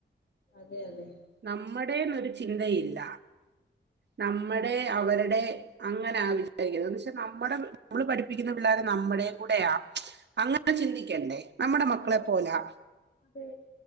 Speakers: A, on the left (about 60°); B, on the right (about 65°).
A: അതെ അതെ
B: നമ്മുടെന്നൊരു ചിന്തയില്ല നമ്മടെ അവരടെ അങ്ങനാ വിചാരിക്കുന്നത് വച്ചാ നമ്മടെ നമ്മള് പഠിപ്പിക്കുന്ന പിള്ളേരെ നമ്മടെം കൂടെയാ അങ്ങനെ ചിന്തിക്ക ക്കെണ്ടെ നമ്മടെ മക്കളെ
A: അതെ
B: പോലാ
A: അതെ